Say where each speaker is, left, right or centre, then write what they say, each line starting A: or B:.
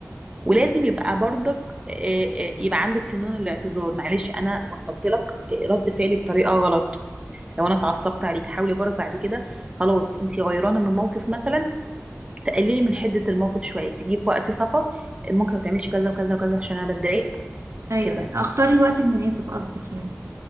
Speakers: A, on the right; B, on the right.
A: ولازم يبقى برضك آه، آه، يبقى عندك فنون الاعتذار معلش انا وصلت لك رد فعلي بطريقة غلط لو انا اتعصبت عليك حاولي برضك بعد كده خلاص انت غيرانه من موقف مثلا تقللي من حده الموقف شويه تيجي في وقت صفا ممكن ما تعمليش كذا وكذا وكذا عشان انا بتضايق
B: ايوه
A: كده
B: اختار الوقت المناسب قصدك يعني